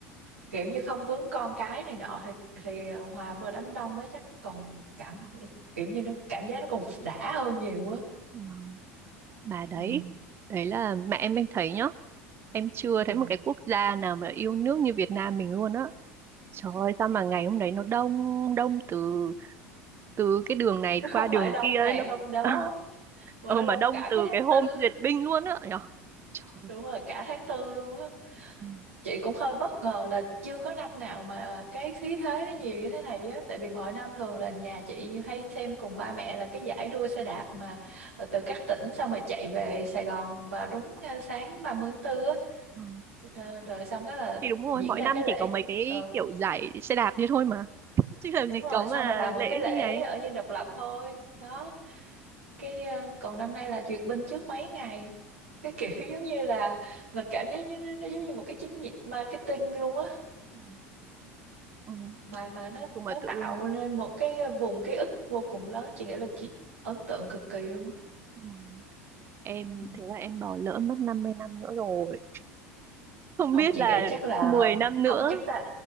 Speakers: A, on the right (about 80°); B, on the right (about 35°).
A: kiểu như không vướng con cái này nọ thì thì hòa vừa đám đông đó chắc còn cảm kiểu như nó cảm giác nó còn đã hơn nhiều á
B: ừ. bà đấy
A: ừ.
B: đấy là mẹ em đang thấy nhá em chưa
A: Ừ.
B: thấy một cái quốc gia nào mà yêu nước như Việt Nam mình luôn á trời ơi sao mà ngày hôm đấy nó đông đông từ từ cái đường này
A: nó
B: qua
A: không
B: đường
A: phải đông
B: kia ấy,
A: ngày
B: nó
A: hôm đó
B: <laughs>
A: mà
B: ờ
A: nó
B: mà
A: đông
B: đông
A: cả
B: từ
A: cái tháng
B: cái hôm
A: tư
B: duyệt binh luôn á Nhở? trời ơi.
A: đúng rồi cả tháng tư luôn á
B: Ừ.
A: chị cũng hơi bất ngờ là chưa có năm nào mà cái khí thế nó nhiều như thế này á tại vì mọi năm thường là nhà chị hay xem cùng ba mẹ là cái giải đua xe đạp mà ờ, từ các tỉnh xong rồi chạy về Sài Gòn vào đúng ờ, sáng 30 tháng 4
B: Ừ.
A: Ờ, rồi xong đó là
B: thì đúng rồi
A: diễn
B: mỗi
A: ra
B: năm
A: cái lễ
B: chỉ có mấy cái
A: ừ,
B: kiểu giải xe đạp thế thôi mà chứ làm
A: đúng
B: gì
A: rồi
B: có
A: xong
B: mà
A: rồi làm một
B: lễ
A: cái lễ
B: như này
A: ở Dinh Độc Lập thôi đó cái ờ, còn năm nay là duyệt binh trước mấy ngày cái kiểu <laughs> giống như là mình cảm giác như nó giống như một cái chiến dịch marketing luôn á
B: Ừ. ừ.
A: mà mà nó
B: nhưng mà
A: nó
B: tự
A: tạo
B: dưng
A: nên một cái vùng ký ức vô cùng lớn chị nghĩ là chị ấn tượng cực kỳ luôn á
B: ừ. em
A: Ừ.
B: thế là em bỏ lỡ mất 50 năm nữa rồi <laughs> không
A: không
B: biết
A: chị
B: là
A: nghĩ chắc là
B: 10 năm nữa
A: không chúng ta